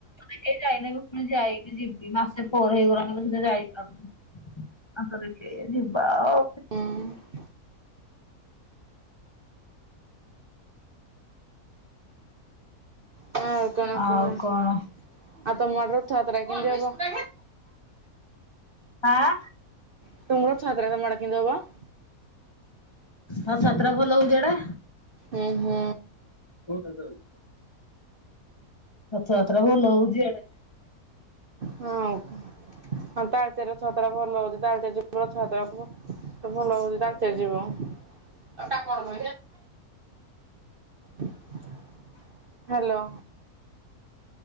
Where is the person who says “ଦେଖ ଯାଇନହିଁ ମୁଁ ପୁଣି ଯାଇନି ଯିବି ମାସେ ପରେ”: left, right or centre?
Left